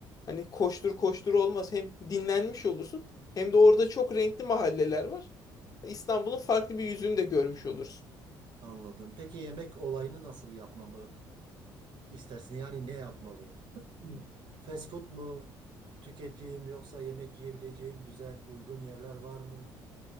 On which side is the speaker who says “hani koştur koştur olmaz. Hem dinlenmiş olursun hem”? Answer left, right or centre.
Left